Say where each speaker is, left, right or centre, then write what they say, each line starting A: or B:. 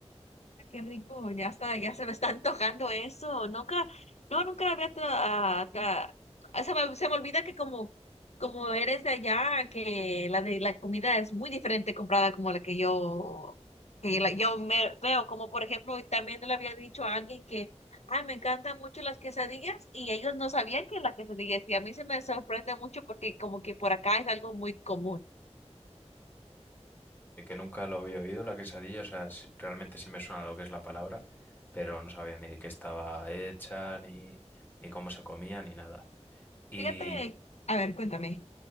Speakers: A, on the left; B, on the left.
A: Qué rico, ya está, ya se me está antojando eso. Nunca, no, nunca había tra- ah, tra- ah, se me, se me olvida que como, como eres de allá, que la de la comida es muy diferente comprada como la que yo, que la- yo me veo, como por ejemplo, y también le había dicho a alguien que, ay, me encantan mucho las quesadillas, y ellos no sabían que las quesadillas, y a mí se me sorprende mucho porque como que por acá es algo muy común.
B: Eh, Que nunca lo había oído, la quesadilla, o sea, sí- realmente sí me suena lo que es la palabra, pero no sabía ni de qué estaba hecha, ni, ni cómo se comía, ni nada. Y
A: Fíjate, a ver, cuéntame.